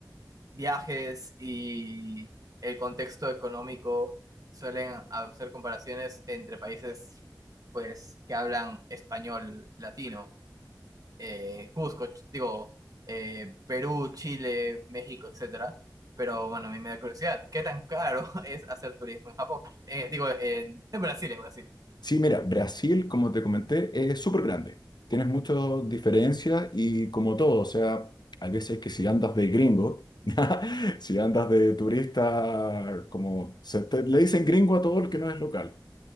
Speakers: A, on the right (about 55°); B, on the left (about 70°).
A: viajes y el contexto económico, suelen hacer comparaciones entre países pues que hablan español latino, eh, Cusco, ch- digo, eh, Perú, Chile, México, etcétera. Pero bueno, a mí me da curiosidad, ¿qué tan caro <laughs> es hacer turismo en Japón? Eh, digo, en en Brasil, en Brasil.
B: Sí, mira, Brasil, como te comenté, es súper grande. Tienes muchas diferencias y como todo, o sea, hay veces que si andas de gringo, <laughs> si andas de turista, como se te- le dicen gringo a todo el que no es local.